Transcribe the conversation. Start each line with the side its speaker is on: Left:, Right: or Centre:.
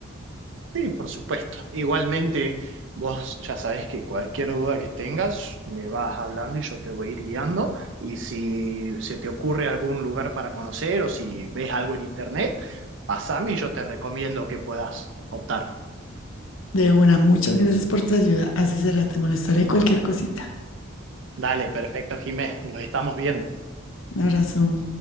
Right: Sí, por supuesto. Igualmente, vos ya sabés que cualquier duda que tengas, me vas hablando y yo te voy a ir guiando. Y si se te ocurre algún lugar para conocer o si ves algo en internet, pasame y yo te recomiendo que puedas optar.
Left: De una, muchas gracias por tu ayuda. Así será, te molestaré cualquier cosita.
Right: Dale, perfecto, Jimé. Nos estamos viendo.
Left: Un abrazo.